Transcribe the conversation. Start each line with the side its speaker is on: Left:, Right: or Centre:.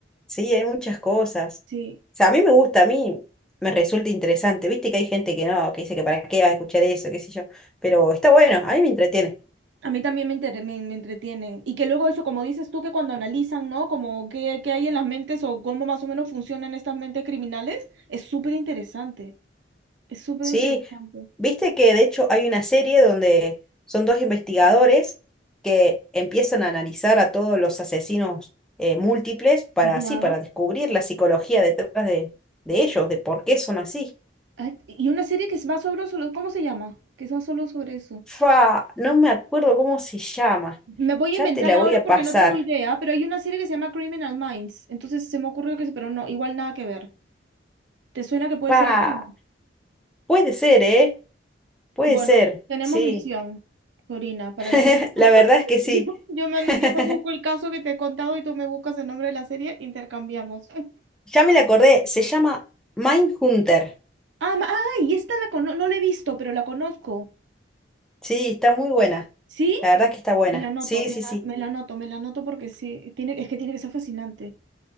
Centre: Sí, hay muchas cosas.
Right: Sí.
Centre: O sea, a mí me gusta, a mí me resulta interesante. Viste que hay gente que no, que dice que para qué vas a escuchar eso, qué sé yo. Pero está bueno, a mí me entretiene.
Right: A mí también me, entre- me, me entretiene. Y que luego eso, como dices tú, que cuando analizan, ¿no? Como qué, qué hay en las mentes o cómo más o menos funcionan estas mentes criminales, es súper interesante. Es súper
Centre: Sí,
Right: interesante.
Centre: viste que de hecho hay una serie donde son dos investigadores que empiezan a analizar a todos los asesinos eh, múltiples para
Right: Ya.
Centre: así, para descubrir la psicología detrás de, de ellos, de por qué son así.
Right: Ay, Y una serie que es más sobre, sobre- ¿cómo se llama? Que es más solo sobre eso.
Centre: Fa, no me acuerdo cómo se llama.
Right: Me voy a
Centre: Ya
Right: inventar
Centre: te la
Right: ahora
Centre: voy a
Right: porque
Centre: pasar.
Right: no tengo idea, pero hay una serie que se llama Criminal Minds. Entonces se me ocurrió que, sí, pero no, igual nada que ver. ¿Te suena que puede
Centre: Fa,
Right: ser eso? No.
Centre: puede ser, ¿eh? Puede
Right: Bueno,
Centre: ser,
Right: tenemos
Centre: sí.
Right: misión, Corina, para
Centre: <laughs>
Right: la
Centre: La verdad es
Right: Yo,
Centre: que sí.
Right: yo me,
Centre: <laughs>
Right: yo me busco el caso que te he contado y tú me buscas el nombre de la serie, intercambiamos.
Centre: Ya me la acordé, se llama Mindhunter.
Right: Ah, ma- ay, esta la cono no la he visto, pero la conozco.
Centre: Sí, está muy buena.
Right: ¿Sí?
Centre: La verdad es que está buena.
Right: Me la anoto,
Centre: Sí,
Right: me
Centre: sí,
Right: la,
Centre: sí.
Right: me la anoto, me la anoto porque sí, tiene, es que tiene que ser fascinante.